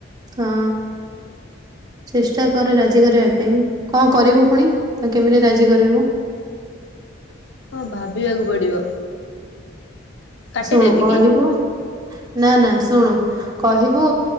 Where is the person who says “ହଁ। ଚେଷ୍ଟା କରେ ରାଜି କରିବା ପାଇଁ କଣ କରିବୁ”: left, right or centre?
Right